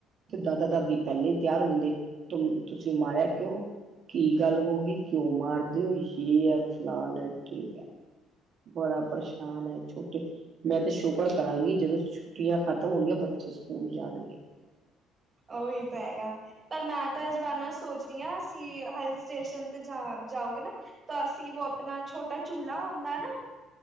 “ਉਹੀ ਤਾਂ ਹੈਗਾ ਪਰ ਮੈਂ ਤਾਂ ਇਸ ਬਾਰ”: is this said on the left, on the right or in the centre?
Right